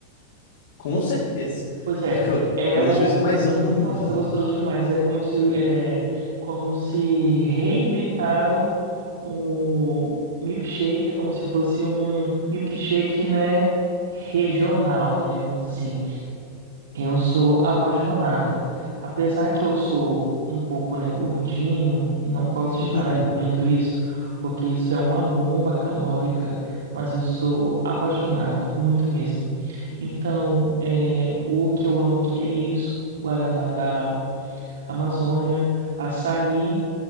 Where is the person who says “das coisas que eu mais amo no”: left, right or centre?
Left